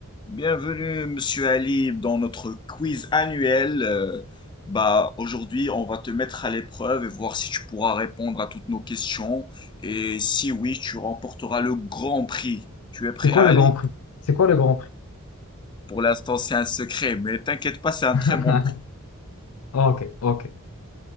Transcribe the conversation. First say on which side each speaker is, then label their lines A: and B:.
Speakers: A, on the left; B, on the left.
A: Bienvenue, Monsieur Ali, dans notre quiz annuel. Euh, bah, aujourd'hui, on va te mettre à l'épreuve et voir si tu pourras répondre à toutes nos questions. Et si oui, tu remporteras le grand prix. Tu es prêt,
B: C'est quoi
A: Ali?
B: le Grand Prix? C'est quoi le Grand Prix?
A: Pour l'instant, c'est un secret, mais t'inquiète pas, c'est un
B: <laughs>
A: très bon prix.
B: Ok, ok.